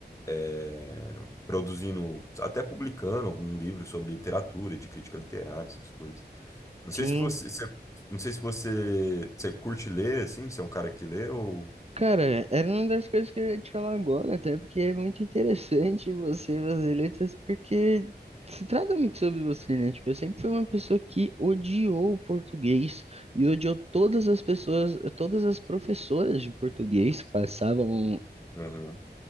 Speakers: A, on the left; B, on the right.
A: é, produzindo, até publicando algum livro sobre literatura, de crítica literária, essas coisas. Não
B: Sim.
A: sei se você, se- não sei se você, você curte ler, assim, você é um cara que lê ou...
B: Cara, era uma das coisas que eu ia te falar agora, até porque é muito interessante você fazer letras, porque se trata muito sobre você, né? Tipo, eu sempre fui uma pessoa que odiou o português e odiou todas as pessoas, todas as professoras de português que passavam
A: Aham,